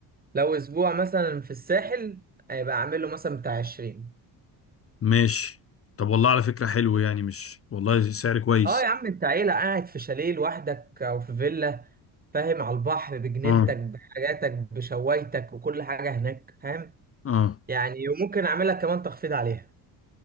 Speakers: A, on the right; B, on the left.
A: لو اسبوع مثلا في الساحل هيبقى عامل له مثلا بتاع 20
B: ماشي طب والله على فكره حلو يعني مش والله سعر كويس
A: اه يا عم انت عيلة قاعد في شاليه لوحدك او في فيلا فاهم على البحر بجنينتك
B: اه
A: بحاجاتك بشوايتك وكل حاجة هناك فاهم
B: اه
A: يعني وممكن اعملها كمان تخفيض عليها